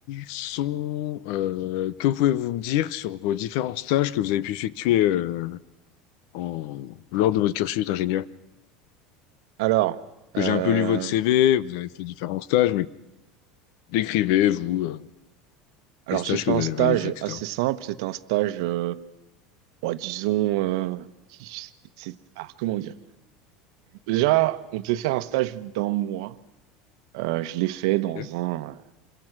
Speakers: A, on the left; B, on the right.
A: sont, euh, que pouvez-vous me dire sur vos différents stages que vous avez pu effectuer euh, en, lors de votre cursus d'ingénieur?
B: Alors,
A: Parce
B: euh,
A: Que j'ai un peu lu votre CV, vous avez fait différents stages, mais décrivez, vous, euh,
B: alors
A: les stages
B: j'ai fait
A: que
B: un
A: vous avez
B: stage
A: réalisés, etc.
B: assez simple. C'était un stage, euh, bon, disons, euh, qui- c'est, alors comment dire? Déjà, on devait faire un stage d'un mois. Euh, je l'ai fait
A: Ok,
B: dans un